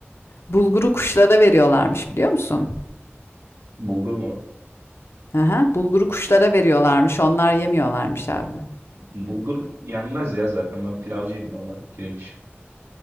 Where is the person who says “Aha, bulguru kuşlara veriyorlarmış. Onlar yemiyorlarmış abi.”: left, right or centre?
Left